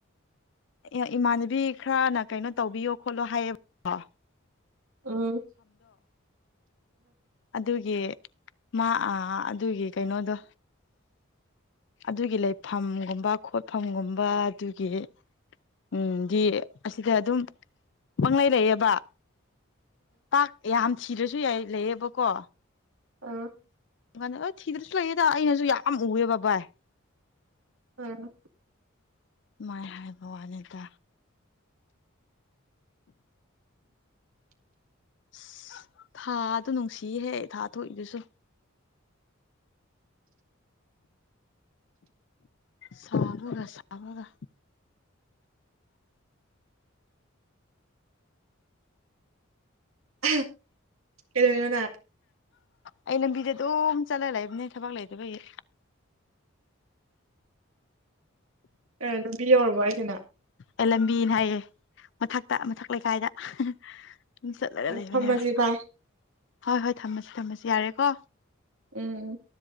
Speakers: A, on the left (about 55°); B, on the right (about 80°).
A: ꯑꯦ ꯏꯃꯥꯟꯅꯕꯤ ꯈꯔꯅ ꯀꯩꯅꯣ ꯇꯧꯕꯤꯌꯣ ꯈꯣꯠꯂꯣ ꯍꯥꯏꯌꯦꯕꯀꯣ
B: ꯎꯝ
A: ꯑꯗꯨꯒꯤ ꯃꯥ ꯑꯥ ꯑꯗꯨꯒꯤ ꯀꯩꯅꯣꯗꯣ ꯑꯗꯨꯒꯤ ꯂꯩꯐꯝꯒꯨꯝꯕ ꯈꯣꯠꯐꯝꯒꯨꯝꯕ ꯑꯗꯨꯒꯤ ꯎꯝ ꯗꯤ ꯑꯁꯤꯗ ꯑꯗꯨꯝ ꯄꯪ ꯂꯩꯩ ꯂꯩꯌꯦꯕ ꯇꯥꯛꯁ ꯌꯥꯝ ꯊꯤꯔꯁꯨ ꯌꯥ ꯂꯩꯌꯦꯕꯀꯣ
B: ꯑꯥ
A: ꯃꯥꯅ ꯑꯥ ꯊꯤꯗ꯭ꯔꯁꯨ ꯂꯩꯌꯦꯗ ꯑꯩꯅꯁꯨ ꯌꯥꯝ ꯑꯨꯏꯌꯦꯕ ꯕꯥꯏ
B: ꯎꯝ
A: ꯗꯨꯃꯥꯏ ꯍꯥꯏꯕ ꯋꯥꯅꯦꯗ
B: <inaudible>
A: ꯑꯁ ꯊꯥꯗꯣ ꯅꯨꯡꯁꯤꯍꯦ ꯊꯥ ꯊꯣꯛꯏꯗꯨꯁꯨ
B: <inaudible>
A: ꯁꯥꯕꯒ ꯁꯥꯕꯒ
B: ꯑꯍꯦ ꯀꯩꯗꯧꯔꯤꯅꯣ ꯅꯪ
A: ꯑꯩ ꯂꯝꯕꯤꯗ ꯗꯨꯝ ꯆꯠꯂꯒ ꯂꯩꯕꯅꯦ ꯊꯕꯛ ꯂꯩꯇꯕꯒꯤ
B: ꯑꯦ ꯂꯝꯕꯤ ꯌꯧꯔꯕꯣ ꯍꯥꯏꯁꯦ ꯅꯪ
A: ꯑꯦ ꯂꯝꯕꯤꯅꯦ ꯍꯥꯏꯌꯦ ꯃꯊꯛꯇ ꯃꯊꯛ ꯂꯩꯀꯥꯏꯗ ꯍꯍ ꯑꯗꯨꯝ ꯆꯠꯂꯒ ꯂꯩꯕꯅꯦꯕ
B: ꯊꯝꯃꯁꯤ ꯕꯥꯏ
A: ꯍꯣꯏ ꯍꯣꯏ ꯊꯝꯃꯁꯤ ꯊꯝꯃꯁꯤ ꯌꯥꯔꯦꯀꯣ
B: ꯎꯝ